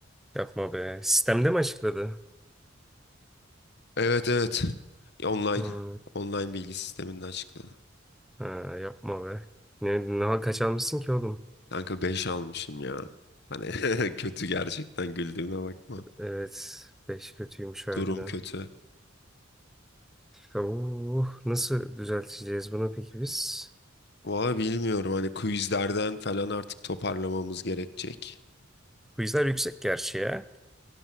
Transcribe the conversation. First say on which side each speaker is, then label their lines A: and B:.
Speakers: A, in the centre; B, on the left.
A: Yapma be. Sistemde mi açıkladı?
B: Evet evet. Online
A: Hmm,
B: online bilgi sisteminde açıkladı.
A: Ha, yapma be. Ne, ne kaç almışsın ki oğlum?
B: Kanka 5 almışım ya. Hani <laughs> kötü gerçekten güldüğüme bakma.
A: Evet. Beş kötüymüş harbiden.
B: Durum kötü.
A: Oo, nasıl düzelteceğiz bunu peki biz?
B: Valla bilmiyorum hani quizlerden falan artık toparlamamız gerekecek.
A: Quizler yüksek gerçi ya.